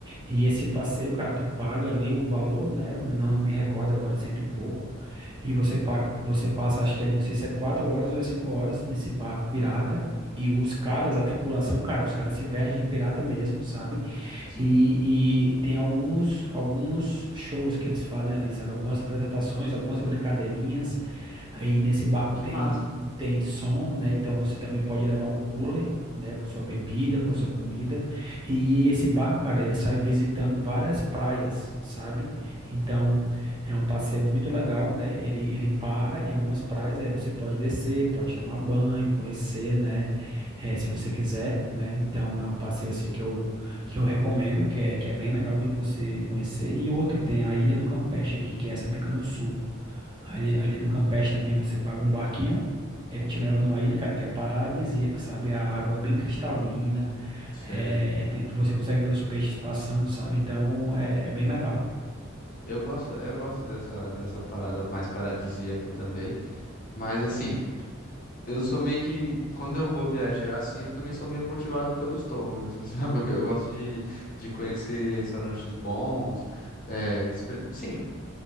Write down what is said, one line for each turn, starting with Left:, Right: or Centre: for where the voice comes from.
Right: E esse passeio, cara, tu paga ali um valor, né? Eu não me recordo agora, cento e pouco. E você, pa- você passa, acho que é, não sei se é quatro horas ou é cinco horas nesse barco pirata. E e os caras, a tripulação, cara, os caras se vestem de pirata mesmo, sabe?
Left: sim,
Right: E, e tem alguns, alguns shows que eles fazem ali, sabe? Algumas apresentações, algumas brincadeirinhas. Aí nesse barco
Left: que
Right: tem
Left: massa.
Right: tem som, né? Então você também pode levar um cooler, né, com sua bebida, com sua comida. E esse barco, cara, ele sai visitando várias praias, sabe? Então é um passeio muito legal, né? Ele ele para em algumas praias, aí você pode descer, pode tomar banho, conhecer, né? Eh, se você quiser, né? Então é um passeio assim
Left: Sim,
Right: que eu que eu recomendo, que é, que é bem legal de você conhecer. E outro, tem a Ilha do Campeche aqui, que essa fica no sul. A Ilha, a Ilha do Campeche também você paga um barquinho, ele te leva numa ilha, cara, que é paradisíaca, sabe? A água é bem cristalina,
Left: Sei.
Right: é, é te- você consegue ver os peixes passando, sabe? Então é, é bem legal.
Left: Eu gosto, eu gosto dessa, dessa parada mais paradisíaca também. Mas, assim, Eu sou meio que, quando eu vou viajar assim, eu também sou meio motivado pelo estômago, assim, <laughs> sabe? Eu, eu gosto de, de conhecer restaurantes bons, é, exper- sim,